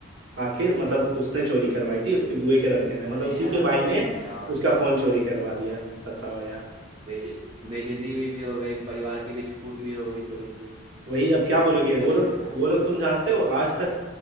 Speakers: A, on the right; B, on the right.
A: आखिर मतलब उसने चोरी करवाई थी उसके बुए के लड़के ने मतलब
B: अरे
A: उसी
B: यार
A: के भाई ने
B: बताओ
A: उसका फोन चोरी करवा दिया बताओ यार
B: बेज बेइज्जती भी हो गई परिवार के बीच खूट भी हो गई थोड़ी सी
A: वही अब क्या बोलोगे
B: तो
A: वो
B: गलत
A: लोग
B: है यार
A: वो लोग तुम जानते हो आज तक